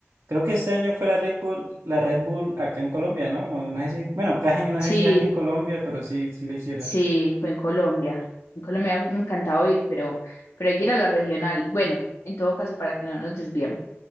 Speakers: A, on the right; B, on the left.
A: Creo que este año fue la Red Bull, la Red Bull acá en Colombia, ¿no? No sé si, bueno, cada año no
B: sí,
A: sé si acá en Colombia, pero sí, sí la hicieron.
B: sí, fue en Colombia. En Colombia me encantaba ir, pero, pero hay que ir a las regionales. Bueno, en todo caso, para que no nos desviemos.